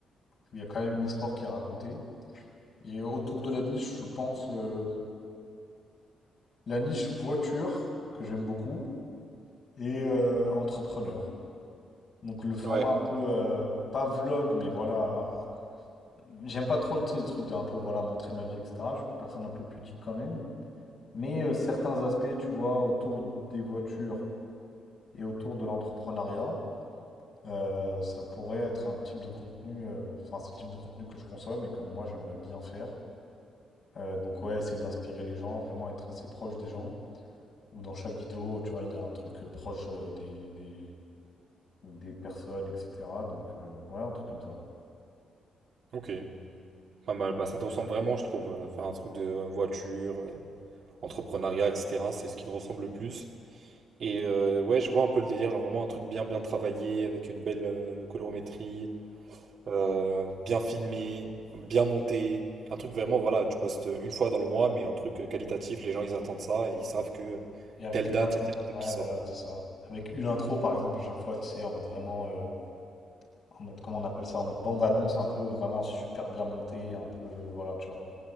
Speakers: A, on the left; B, on the right.
A: Il y a quand même une histoire qui est racontée. Et autour de la niche, je pense euh, la niche voiture, que j'aime beaucoup, et euh, entrepreneur. Donc le format
B: ouais,
A: un peu, euh, pas vlog, mais voilà. hein. J'aime pas trop, tu sais, le truc d'un peu, voilà, montrer ma vie, etc. Je suis une personne un peu pudique quand même. Mais euh, certains aspects, tu vois, autour des voitures et autour de l'entrepreneuriat, euh, ça pourrait être un type de contenu, euh, enfin, c'est le type de contenu que je consomme et que moi, j'aimerais bien faire. Euh, donc ouais, essayer d'inspirer les gens, vraiment être assez proche des gens. Ou dans chaque vidéo, tu vois, il y a un truc euh, proche euh, des, des, des personnes, etc. Donc euh, ouais, un truc comme ça.
B: ok. Pas mal. Bah, ça te ressemble vraiment, je trouve. Euh, Faire un truc de euh, voiture, euh, entrepreneuriat, etc. C'est ce qui te ressemble le plus. Et euh, ouais, je vois un peu le délire, genre vraiment un truc bien bien travaillé, avec une belle euh, colorimétrie, euh, bien filmé, bien monté. Un truc vraiment, voilà, tu postes une fois dans le mois, mais un truc euh, qualitatif, les gens ils attendent ça et ils savent que
A: Et avec
B: telle
A: une
B: date,
A: intro.
B: il y a Ouais, telle vidéo
A: Ouais,
B: qui sort,
A: voilà,
B: quoi.
A: c'est ça. Avec une intro, par exemple, à chaque fois, tu sais, en mode vraiment, euh, en mode, comment on appelle ça, en mode bande-annonce, un peu vraiment super bien monté un peu, euh, voilà, tu vois.